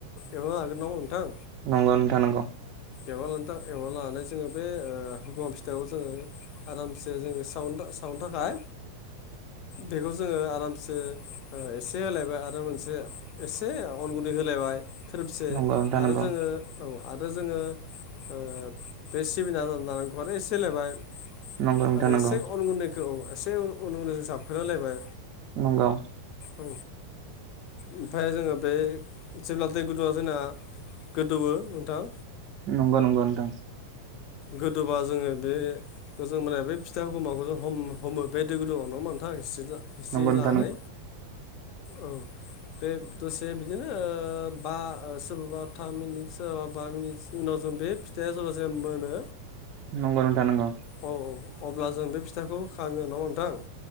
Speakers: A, on the left (about 40°); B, on the right (about 40°).
A: एवना लाग्रोनांगौ नोंथां
B: नंगौ नोंथां नांगौ
A: एवना लाना थां एवना लानानै जोङो बे हुमा फिथायाव जोङो आरामसे जोङो सावनो सावनो थाखाय बेखौ जोङो आरामसे एसे होलायबाय आरो मोनसे एसे अन गुन्दै होलायबाय थोरोबसे
B: नंगौ नोंथां
A: आरो
B: नंगौ
A: जोङो औ आरो जोङो ओ बे सिबिन आरो नालेंखर एसे होलायबाय
B: नंगौ नोंथां
A: आरो
B: नंगौ
A: एसे अन गुनैखौ औ एसे अन गुैनदैजों जाबखोलायबाय
B: नंगौ
A: औ ओमफ्राय जोङो बे जेब्ला दै गुदुआ जोंना गोदौवो नोंथां
B: नंगौ नंगौ नोंथां
A: गोदौबा जोङो बे जों माने बे फिथा होगुमाखौ जों हम हमो बे दै गुदुङाव नो मानि थाखाय हि हिस्रि
B: नंगौ
A: लानानै औ बे दसे बिदिनो बा सोरबाबा थाम मिनिट सोरबाबा बा मिनिट उनाव जों बे फिथाइया <unintelligible> मोनो
B: नंगौ नोंथां नंगौ
A: औ औ अब्ला जों बे फिथाखौ खाङो नङा होमबा नोंथां